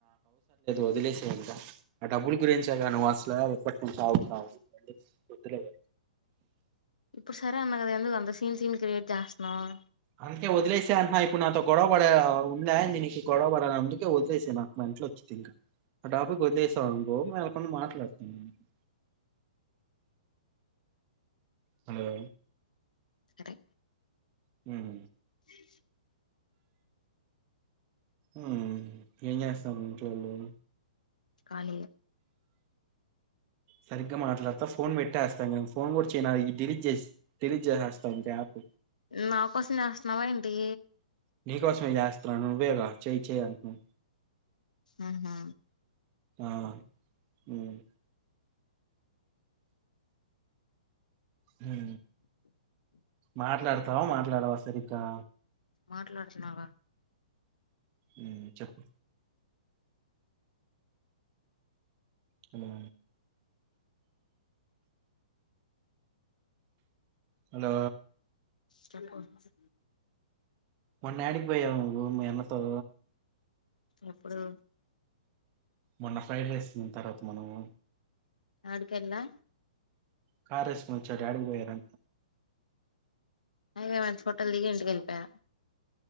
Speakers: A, on the right; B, on the left.
A: వదిలేసేయి ఇంకా ఆ డబ్బులు గురించేగా నువ్ అస్లా గుతున్నాతు వద్దులే ఇగ
B: ఇప్పుడు సరే అన్నా గద ఎందుక్ అంత సీ సీన్ క్రియేట్ చేస్తున్నావు
A: అందుకే వదిలే సేయి అంటన ఇప్పుడు నాతో గొడవ గొడ ఉందిాీ నీకు గొడవపడని అందుకే వదిలేసేయి నాకు మెంటల్ వచ్చింది ఇంకా ఆ టాపిక్ వదిలేసాం అనుకో మే దల్ కొని మాట్లాడుతాను హలో
B: సరె
A: హుమ్
B: <inaudible>
A: ఉమ్ ఏం చేస్తాం ఇంట్లోల్లు
B: కాని
A: సరిగ్గ మాట్లాడ్తా ఫోన్ పెట్టేస్తా నేన ఫోన్ కూడ చేయన్ డిలీట్ చేస్ డిలీట్ చేసేస్తా యాప్
B: నా కోసం చేస్తునావ ఏంటి
A: నీ కోసమె చేస్తన నువ్వే గా చెయి చెయి అంది
B: ఊహు
A: ఆ ఉమ్ హ మాట్లాడతావ మాట్లాడవా సరిగ్గా
B: మాట్లాడుతున్నావ
A: ఉమ్ చెప్ హెలో హలో
B: టెలికాలింగ్స్
A: మొన్నయాడికి పోయావ్ నువ్ మీ అన్నతో
B: ఎప్పుడు
A: మొన్న ఫ్రైడ్ రైస్ తిన్న తర్వాత మనము
B: అడుకెల్లా
A: కారేస్ వచ్చినట యాడ్ పోయిరా
B: అగ మరి చోటలు దిగి ఇంటికెళ్ళిపోయా